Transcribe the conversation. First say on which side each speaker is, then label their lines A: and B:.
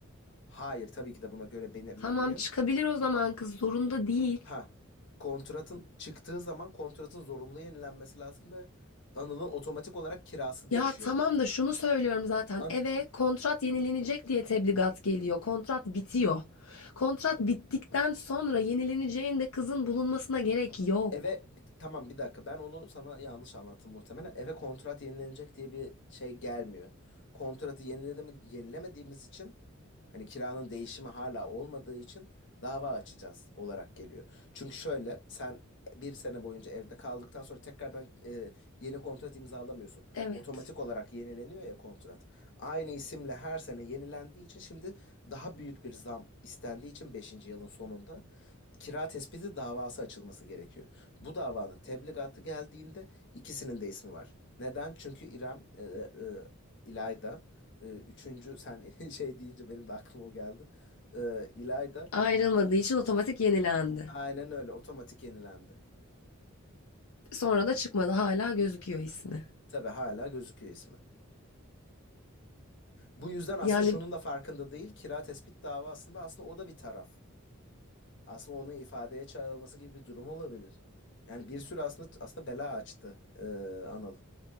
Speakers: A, on the left; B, on the left.
A: hayır tabii ki de buna göre belirlenmiyor.
B: Tamam çıkabilir o zaman kız zorunda değil.
A: Ha kontratın çıktığı zaman kontratın zorunlu yenilenmesi lazım ve Anıl'ın otomatik olarak kirası
B: Ya
A: değişiyor.
B: tamam da şunu söylüyorum zaten.
A: An-
B: Eve kontrat yenilenecek diye tebligat geliyor. Kontrat bitiyor. Kontrat bittikten sonra yenileneceğinde kızın bulunmasına gerek yok.
A: Eve tamam bir dakika ben onu sana yanlış anlattım muhtemelen. Eve kontrat yenilenecek diye bir şey gelmiyor. Kontratı yeniledi mi- yenilemediğimiz için Hani kiranın değişimi hala olmadığı için dava açacağız olarak geliyor. Çünkü şöyle sen bir sene boyunca evde kaldıktan sonra tekrardan e, yeni kontrat imzalamıyorsun.
B: Evet.
A: Otomatik olarak yenileniyor ya kontrat. Aynı isimle her sene yenilendiği için şimdi daha büyük bir zam istendiği için beşinci yılın sonunda kira tespiti davası açılması gerekiyor. Bu davanın tebligatı geldiğinde ikisinin de ismi var. Neden? Çünkü İrem, e, e, İlayda ee, Üçüncü sen <laughs> şey deyince benim de aklıma o geldi. Ee, İlayda
B: Ayrılmadığı için otomatik yenilendi.
A: aynen öyle otomatik yenilendi.
B: Sonra da çıkmadı hala gözüküyor ismi.
A: Tabii hala gözüküyor ismi. Bu yüzden aslında
B: Yani
A: şunun da farkında değil. Kira tespit davasında aslında o da bir taraf. Aslında onun ifadeye çağrılması gibi bir durum olabilir. Yani bir sürü aslında aslında bela açtı ee, Anıl